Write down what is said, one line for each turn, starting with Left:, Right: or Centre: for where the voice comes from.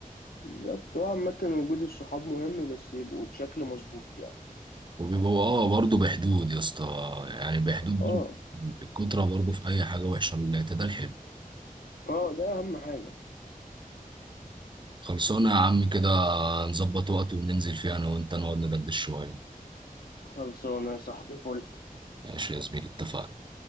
Left: بالظبط وعامة وجود الصحاب مهم بس يبقوا بشكل مظبوط يعني
Right: وبيبقوا اه برضه بحدود يا اسطى يعني بحدود
Left: اه
Right: برضه. الكترة برضه في أي حاجة وحشة الاعتدال حلو
Left: اه ده اهم حاجة
Right: خلصانة يا عم كده نظبط وقت وننزل فيه أنا وأنت نقعد ندردش شوية
Left: خلصانة يا صاحبي فل
Right: ماشي يا زميلي اتفقنا